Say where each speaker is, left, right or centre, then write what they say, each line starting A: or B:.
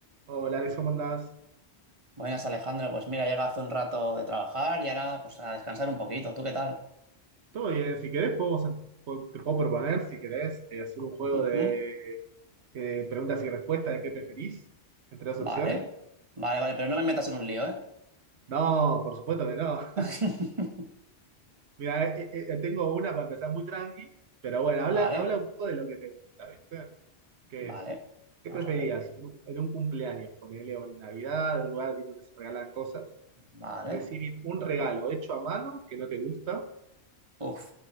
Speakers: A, on the right; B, on the right.
A: Hola, Alex, ¿cómo andás?
B: Buenas, Alejandro. Pues mira, llega hace un rato de trabajar y ahora pues a descansar un poquito. ¿Tú qué tal?
A: Todo bien, si querés podemos, em- po- te puedo proponer, si querés, eh, hacer un juego
B: Ujú.
A: de eh, preguntas y respuestas de qué preferís entre dos opciones.
B: Vale. Vale, vale, pero no me metas en un lío, ¿eh?
A: No, por supuesto que no.
B: <laughs>
A: <laughs> Mira, eh, eh, eh, tengo una para empezar muy tranqui, pero bueno,
B: Vale,
A: habla, habla un poco de lo que te gusta, ¿viste? ¿Qué
B: vale.
A: es? ¿Qué
B: Vamos
A: preferirías
B: a ver.
A: en un, en un cumpleaños, ponerle en Navidad, en un lugar donde se regalan cosas,
B: Vale.
A: recibir un regalo hecho a mano que no te gusta
B: Uf,